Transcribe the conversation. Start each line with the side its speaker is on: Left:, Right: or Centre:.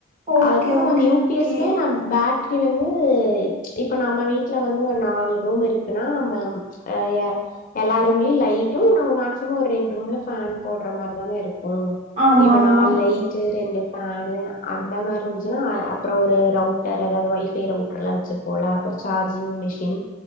Right: ஓகே
Left: அதுப்பறொ
Right: okay
Left: அந்த U
Right: okay
Left: P S மே நா பேட் ட்ரி வந்து இப்ப நம்ம வீட்டுல வந்து ஒரு நாலு ரூம் இருக்குன்னா நம்ம அ எ எல்லா ரூம்லயு லைட்டும் நம்ம மேக்சிமொ ஒரு ரெண்டு ரூம்ல ஃபேன் போடுற மாரி தானே இருக்கும்
Right: ஆமா
Left: இப்ப
Right: ஆமா
Left: நாலு லைட்டு ரெண்டு ஃபேன் அந்த மாரி இருந்ச்சுன்னா அ அப்பறொ ஒரு ரவுட்டர் அதாவது ஒய்ஃபை ரவுட்டர்ல்லா வச்சுருப்போல ஒரு சார்ஜிங் மிஷின்